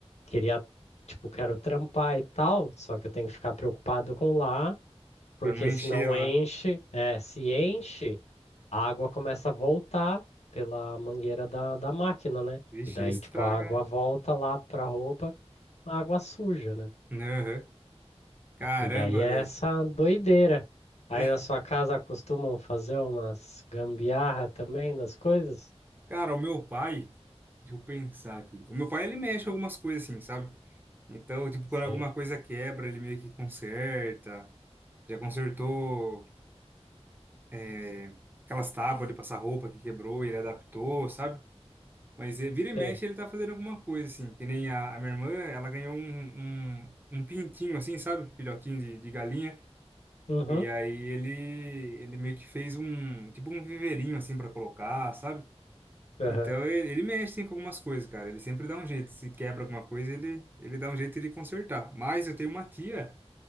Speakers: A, on the left (about 80°); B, on the right (about 15°).
A: queria, tipo, quero trampar e tal, só que eu tenho que ficar preocupado com lá, porque
B: pra não encher
A: se não
B: lá.
A: enche, é, se enche, a água começa a voltar pela mangueira da, da máquina, né?
B: Vixe,
A: E daí,
B: aí estraga,
A: tipo, a água volta lá pra roupa, a água suja, né?
B: né? Uhum. Caramba,
A: E daí é
B: velho.
A: essa doideira. Aí
B: <laughs>
A: na sua casa costumam fazer umas gambiarra também das coisas?
B: Cara, o meu pai, deixa eu pensar aqui, o meu pai, ele mexe com algumas coisas assim, sabe? Então, tipo,
A: Sei,
B: quando alguma coisa quebra, ele meio que conserta. Já consertou é, aquelas tábuas de passar roupa que quebrou, ele adaptou, sabe? Mas eh, vira e mexe
A: sei.
B: ele tá fazendo alguma coisa, assim. Que nem a, a minha irmã, ela ganhou um, um, um pintinho, assim, sabe? Filhotinho de, de galinha.
A: Uhum,
B: E aí ele, ele meio que fez um, tipo um viveirinho, assim, pra colocar, sabe?
A: aham.
B: Então ele, ele mexe, assim, com algumas coisas, cara. Ele sempre dá um jeito. Se quebra alguma coisa, ele, ele dá um jeito de consertar. Mas eu tenho uma tia.